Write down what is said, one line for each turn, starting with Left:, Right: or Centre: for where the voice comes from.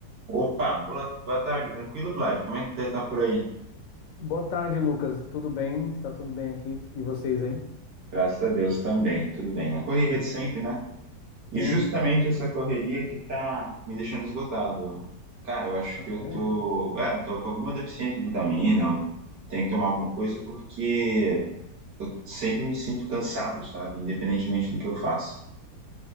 Right: Opa, boa, boa tarde, tranquilo, Vlad? Como é que você tá por aí?
Left: Boa tarde, Lucas. Tudo bem? Está tudo bem aqui? E vocês aí?
Right: Graças a Deus também, tudo bem. Na correria
Left: Hum,
Right: de sempre, né? E
Left: Sim,
Right: justamente essa correria que tá me deixando esgotado. Cara, eu acho
Left: Ah,
Right: que eu
Left: é.
Right: tô, é, tô com alguma deficiência de vitamina, eu tenho que tomar alguma coisa porque eu sempre me sinto cansado, sabe? Independentemente do que eu faço.